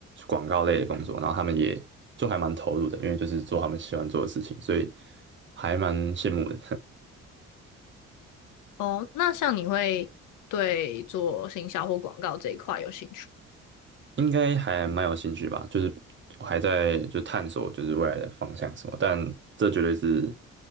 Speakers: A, on the right; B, on the left.
A: 广告类的工作，然后他们也就还蛮投入的，因为就是做他们喜欢做的事情，所以还蛮羡慕的，
B: 哦，那像你会对做行销或广告这一块有兴趣？
A: <laughs> 应该还蛮有兴趣吧，就是我还在就探索就是未来的方向什么，但这绝对是